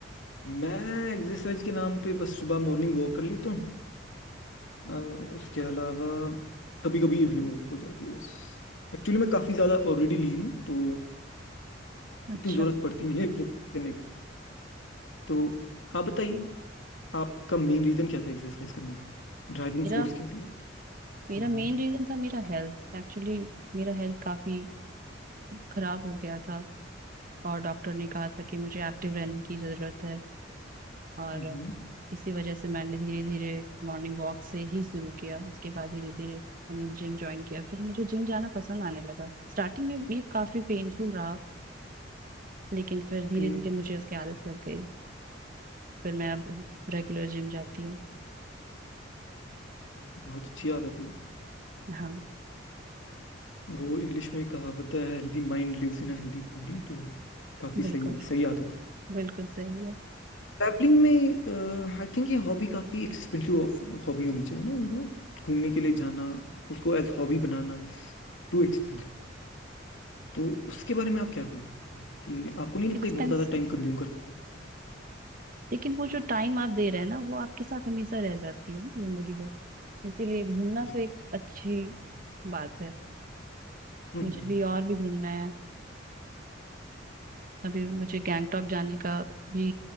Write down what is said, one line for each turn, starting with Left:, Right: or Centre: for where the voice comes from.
Left: मैं एक्सरसाइज के नाम पे बस सुबह मॉर्निंग वॉक कर लेता हूँ अ, उसके अलावा कभी कभी इवनिंग वॉक हो जाती है बस एक्चुअली मैं काफ़ी ज़्यादा ऑलरेडी लीन हूँ तो
Right: अच्छा
Left: उतनी ज़रूरत पड़ती नहीं है exercise करने की तो आप बताइए आपका मेन रीजन क्या था एक्सरसाइज करने का ड्राइविंग
Right: मेरा
Left: फोर्स क्या थी आपकी
Right: मेरा
Left: हम्म
Right: मेन रीजन था मेरा हेल्थ एक्चुअली मेरा हेल्थ काफी खराब हो गया था और डॉक्टर ने कहा था कि मुझे एक्टिव रहने की जरूरत है और
Left: हम्म
Right: इसी वजह से मैंने धीरे धीरे मॉर्निंग वॉक से ही शुरू किया उसके बाद धीरे धीरे मैंने जिम ज्वाइन किया फिर मुझे जिम जाना पसंद आने लगा स्टार्टिंग में ये काफी पेनफुल रहा लेकिन फिर धीरे
Left: ओके
Right: धीरे मुझे उसकी आदत लग गई फिर मैं अब रेगुलर जिम जाती हूँ
Left: बहुत अच्छी आदत है
Right: हाँ
Left: वो इंग्लिश में कहावत है healthy mind lives in a healthy body तो काफी
Right: बिल्कुल
Left: सही सही आदत है।
Right: बिल्कुल सही है
Left: ट्रैवलिंग में आई थिंक ये हॉबी काफी एक्सपेंसिव हॉबी होनी चाहिए ना यू नो घूमने के लिए जाना उसको एज हॉबी बनाना इज टू एक्सपेंसिव तो उसके बारे में आप क्या कहें कि आपको नहीं लगता
Right: एक्सपेंसिव
Left: ये बहुत ज्यादा टाइम कंज्यूम करती है
Right: लेकिन वो जो टाइम आप दे रहे हैं ना वो आपके साथ हमेशा रह जाती है जिंदगी भर इसीलिए घूमना
Left: जी
Right: तो एक अच्छी बात है
Left: हम्म
Right: मुझे भी और भी घूमना है अभी मुझे गैंगटॉक जाने का भी